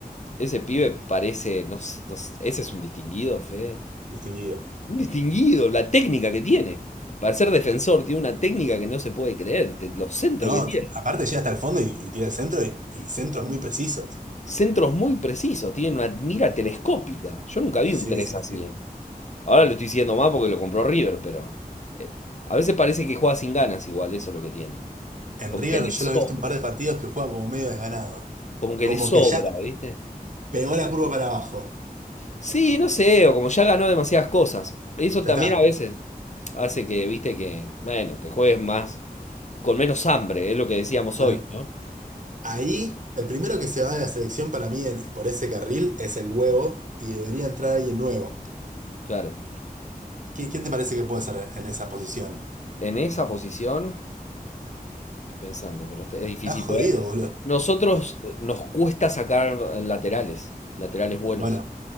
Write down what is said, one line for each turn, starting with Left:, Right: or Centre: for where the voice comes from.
Left: ese pibe parece. No, sé- no sé- ese es un distinguido, Fede.
Right: distinguido.
Left: Un distinguido, la técnica que tiene. Para ser defensor, tiene una técnica que no se puede creer. te- los centros
Right: No,
Left: que tiene.
Right: t- aparte llega hasta el fondo y, y tira el centro y, y centros muy precisos.
Left: Centros muy precisos, tiene una mira telescópica. Yo nunca vi
Right: Sí,
Left: un 3
Right: sí,
Left: así.
Right: sí.
Left: eh. Ahora lo estoy diciendo más porque lo compró River, pero. eh, a veces parece que juega sin ganas igual, eso es lo que tiene.
Right: En
Left: Como
Right: River
Left: que le
Right: yo
Left: sobra.
Right: lo he visto un par de partidos que juega como medio desganado.
Left: Como que
Right: Como
Left: le sobra,
Right: que ya
Left: ¿viste?
Right: pegó la curva para abajo.
Left: Sí, no sé, o como ya ganó demasiadas cosas. Eso
Right: Ya
Left: también
Right: está.
Left: a veces hace que, viste, que, bueno, que juegues más, con menos hambre, es lo que decíamos
Right: Bueno,
Left: hoy, ¿no?
Right: ahí el primero que se va de la selección para mí en- por ese carril es el huevo y debería entrar alguien nuevo.
Left: Claro.
Right: ¿Qui- ¿Quién te parece que puede ser en esa posición?
Left: En esa posición, estoy pensando, pero este- es difícil
Right: Estás jodido,
Left: poder.
Right: boludo.
Left: Nosotros eh, nos cuesta sacar eh, laterales, laterales buenos.
Right: Bueno,